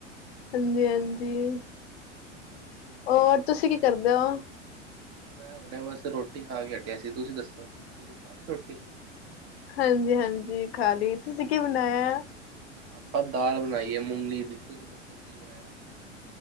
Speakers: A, on the left; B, on the right.
A: ਹਾਂਜੀ ਹਾਂਜੀ
B: ਹਾਂਜੀ
A: ਹੋਰ ਤੁਸੀਂ ਕੀ ਕਰਦੇ ਹੋ।
B: ਮੈਂ ਹੁਣੇ ਬਸ ਰੋਟੀ ਖਾ ਕੇ ਹਟਿਆ ਸੀ। ਤੁਸੀਂ ਦੱਸੋ ਤੁਸੀਂ ਖਾ ਲਈ ਰੋਟੀ।
A: ਹਾਂਜੀ ਹਾਂਜੀ ਖਾ ਲਈ ਤੁਸੀਂ ਕਿ ਬਣਾਇਆ।
B: ਆਪਾਂ ਦਾਲ ਬਣਾਈਏ ਮੂੰਗੀ ਦੀ ਤੁਸੀਂ ਦੱਸੋ ਕੀ ਬਣਾਇਆ।